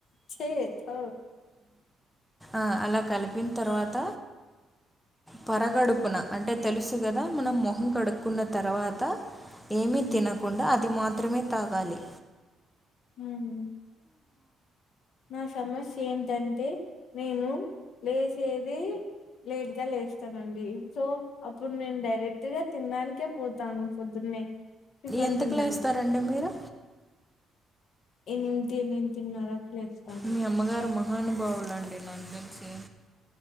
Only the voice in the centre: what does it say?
ఆ అలా కలిపిన తర్వాత పరగడుపున అంటే తెలుసు కదా మనం మొహం కడుక్కున్న తర్వాత ఏమీ
తినకుండా అది మాత్రమే తాగాలి
ఎంతకి
లేస్తారండి మీరు
మీ అమ్మగారు మహానుభావులుండి నా నాకు తెలిసి